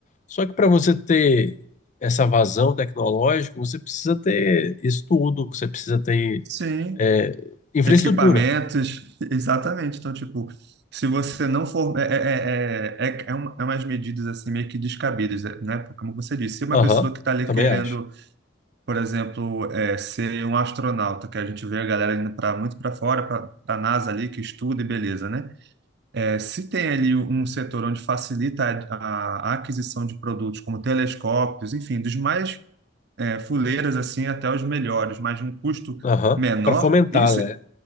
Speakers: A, on the left (about 40°); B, on the right (about 60°).
A: Só que para você ter essa vazão tecnológica, você precisa ter estudo, você precisa ter
B: Sim,
A: é, infraestrutura.
B: Equipamentos, exatamente. Então, tipo, se você não for. É, é, é, é, é é uma- é umas medidas assim meio que descabidas, né? Porque, Como você disse, se uma
A: Aham,
B: pessoa que está ali
A: também
B: querendo,
A: acho.
B: por exemplo, é, ser um astronauta, que a gente vê a galera indo para muito para fora, para a NASA ali, que estuda e beleza, né? É, se tem ali um setor onde facilita a, a a aquisição de produtos como telescópios, enfim, dos mais é, fuleiras assim até os melhores, mas de um custo
A: Aham,
B: menor,
A: para fomentar,
B: isso
A: né?